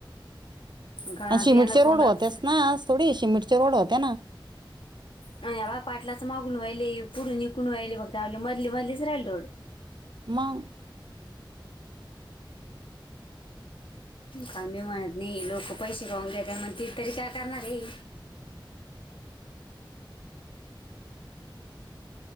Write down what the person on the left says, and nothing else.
कारण
आता
यंदा
कोंडात
आणि बा पाटलाच मागून व्हायले, पुढे विकून व्हायले, बघ झाले मधली मधलीच राहिल रोड.
का मी म्हणत नाही. लोक पैसे खाऊन घेतात. मग ते तरी काय करणार आहे.